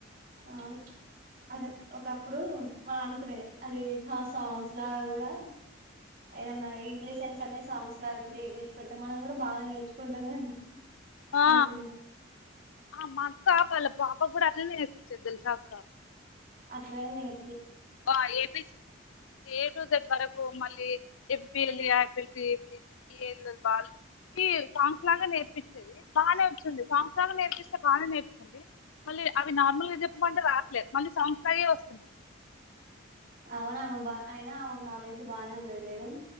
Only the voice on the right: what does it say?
ఆ అదే ఒకప్పుడూ మనం అనుకునేది అది సాంగ్స్ లా కూడా ఏదన్నా ఇంగ్లీష్ లా చదివే అనే సాంగ్స్ లాగా క్రియేట్ చేసి పెడితే మనం కూడా బాగా నేర్చుకుంటాం కదా
అవి కొని
అట్లా నేర్
అవునబబ అయిన ఆమెకు నాలెడ్జ్ బానే ఉన్నది లే గానీ